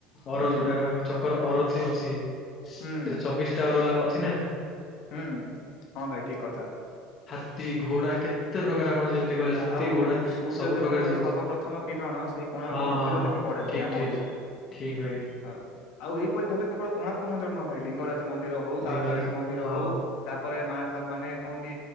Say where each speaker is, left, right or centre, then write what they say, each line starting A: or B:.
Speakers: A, on the left; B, on the left.
A: ଅର
B: ହୁଁ
A: <unintelligible> ଚକ ତାଙ୍କର ଅରଥି ଅଛି। ସେଥିରେ
B: ହୁଁ
A: ଚବିଶଟା ଅରଲା ଅ ଅଛି ନା।
B: ହୁଁ ହଁ ଭାଇ ଠିକ କଥା।
A: ତି ଘୋଡା କେତେ ପ୍ରକାର ଆପଣ ଯେମିତି କହିଲେ ହାତୀ
B: ଆଉ
A: ଘୋଡା
B: ସୂର୍ଯ୍ୟଦେବଙ୍କର
A: ସବୁ ପ୍ରକାର ଜୀବ
B: ସର୍ବପ୍ରଥମ କିରଣ ସେଇ କୋଣାର୍କ
A: ହଁ
B: ମନ୍ଦିରରେ
A: ହଁ ହଁ
B: ହିଁ ପଡେ
A: ଠିକ
B: ଭାଇ ଆମ
A: ଠିକ
B: ଓଡିଶାରେ
A: ଠିକ ଭାଇ
B: ଆ ଆଉ ଏହିଇପରି ଭାବେ କେବଳ କୋର୍ଣକ ମନ୍ଦିର ନୁହଁ ଭାଇ ଲିଙ୍ଗରାଜ। ମନ୍ଦିର ହଉ ତାରତାରିଣୀ
A: ଲିଙ୍ଗରାଜ
B: ମନ୍ଦିର
A: ହଁ
B: ହଉ ତାପରେ ମା ଏହା ମାନେ କଣ କି